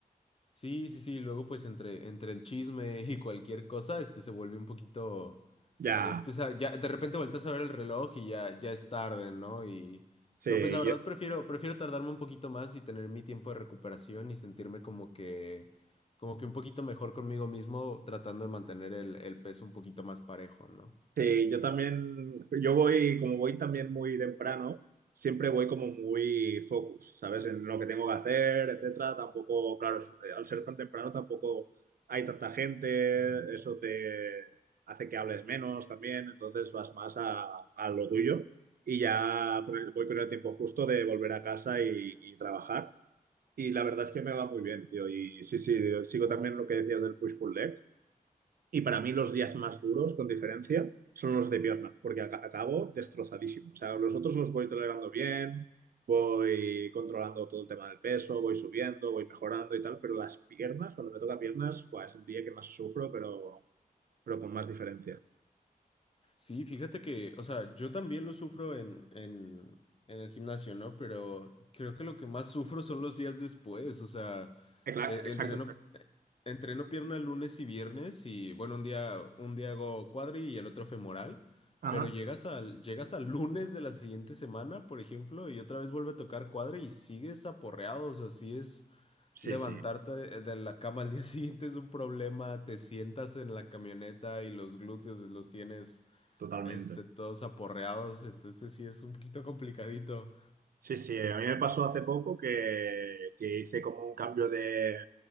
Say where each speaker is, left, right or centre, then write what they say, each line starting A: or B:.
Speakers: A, on the left; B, on the right.
A: Sí, sí, sí, luego pues entre, entre el chisme <laughs> y cualquier cosa, este se vuelve un poquito,
B: Ya,
A: eh, pues ah, ya de repente volteas a ver el reloj y ya, ya es tarde, ¿no? Y,
B: sí,
A: pero pues la verdad
B: yo,
A: prefiero, prefiero tardarme un poquito más y tener mi tiempo de recuperación y sentirme como que, como que un poquito mejor conmigo mismo tratando de mantener el, el peso un poquito más parejo, ¿no?
B: sí, yo también, yo voy, como voy también muy temprano, siempre voy como muy focus, ¿sabes? En lo que tengo que hacer, etcétera. Tampoco, claro, es- eh, al ser tan temprano tampoco hay tanta gente, eso te hace que hables menos también, entonces vas más a, a lo tuyo y ya pues, voy con el tiempo justo de volver a casa y y trabajar. Y la verdad es que me va muy bien, tío. Y sí, sí, sigo también lo que decías del push-pull leg. Y para mí los días más duros, con diferencia, son los de pierna, porque aca- acabo destrozadísimo. O sea, los otros los voy tolerando bien, voy controlando todo el tema del peso, voy subiendo, voy mejorando y tal, pero las piernas, cuando me toca piernas, buah, es el día que más sufro, pero, pero con más diferencia.
A: Sí, fíjate que, o sea, yo también lo sufro en, en, en el gimnasio, ¿no? Pero creo que lo que más sufro son los días después, o sea,
B: Eh, claro,
A: eh, entreno,
B: Exacto, exacto.
A: eh, entreno pierna lunes y viernes y, bueno, un día, un día hago cuadri y el otro femoral,
B: Ajá.
A: pero llegas al, llegas al lunes de la siguiente semana, por ejemplo, y otra vez vuelve a tocar cuadri y sigues aporreado, o sea, así es
B: Sí,
A: levantarte
B: sí,
A: de de la cama al día <laughs> siguiente es un problema, te sientas en la camioneta y los glúteos los tienes
B: totalmente.
A: este, todos aporreados, entonces sí es un poquito complicadito.
B: Sí, sí, eh, a mí me pasó hace poco que, que hice como un cambio de,